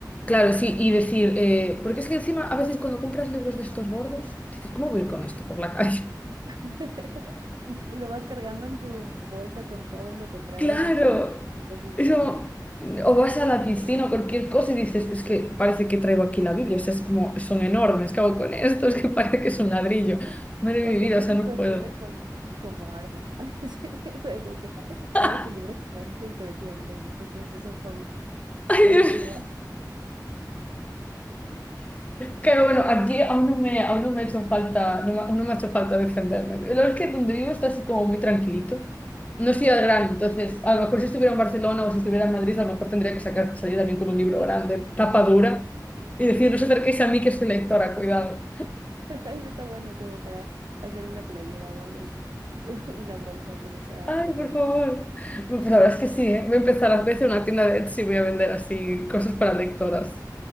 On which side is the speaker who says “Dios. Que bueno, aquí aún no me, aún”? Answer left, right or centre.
Left